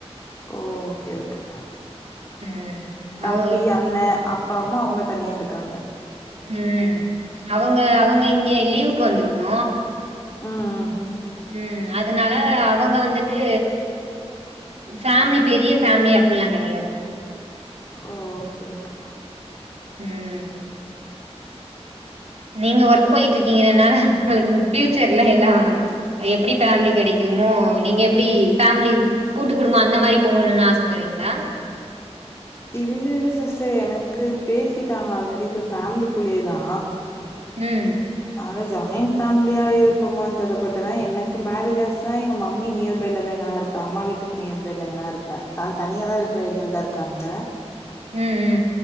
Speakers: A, on the left; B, on the right.
A: ஓ ஓகே ஓகே
B: ம்
A: தம்பி
B: அவ
A: அண்ண அப்பா அம்மா அவுங்க தனியா இருக்காங்க
B: ம் அவுங்க அவுங்க இங்க லீவுக்கு வந்திருக்கோ
A: ம் ம்
B: ம் அதனால அவங்க வந்துட்டு ஃபேமிலி பெரிய ஃபேமிலி அப்புல்லா கடையாது
A: ஓகே ஓகே
B: ம் நீங்க ஒர்க் போய்ட்ருக்கீங்கனால உங்களுக்கு ஃப்யூச்சர்ல எல்லா எப்டி ஃபேமிலி கெடைக்குமோ நீங்க எப்டி ஃபேமிலி கூட்டு குடும்போ அந்தமாரி போகணுனு ஆசப்பறீங்ளா
A: இல்ல இல்ல சிஸ்டர் எனக்கு பேசிட்டாங்க ஆல்ரெடி சோ ஃபேமிலிக்குள்ளயேதா
B: ம்
A: ஆனா ஜாயின் ஃபேமிலியா இருப்போமான் தெர்ல பட் ஆனா எனக்கு மேரேஜ் ஆச்சுன்னா எங்க மம்மி நியர் பைல த எங்கனா இருப்ப அம்மா வீட்டுக்கு நியர் பைல எங்கனா இருப்ப அதா தனியாதா வெக்குற ஐடியாலதா இருகாங்க
B: ம் ம்